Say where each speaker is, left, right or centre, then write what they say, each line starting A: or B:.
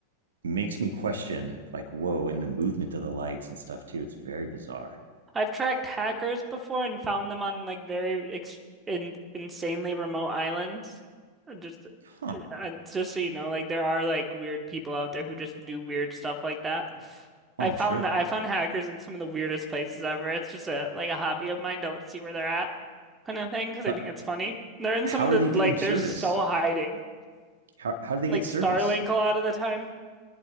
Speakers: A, on the right; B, on the right.
A: makes me question like whoa and the movement of the lights and stuff too it's very bizarre
B: I've tracked hackers before and found them on like very ex in insanely remote islands. Uh, Just
A: huh
B: uh, uh, just so you know, like there are like weird people out there who just do weird stuff like that.
A: oh
B: I
A: i'm
B: found
A: sure
B: I found hackers in some of the weirdest places ever. It's just a like a hobby of mine to like, see where they're at kind of thing because
A: but
B: I think it's funny. They're in
A: how
B: some of
A: are
B: the
A: they getting
B: like
A: service
B: they're so hiding.
A: how, how do they
B: Like
A: get service
B: Starlink a lot of the time.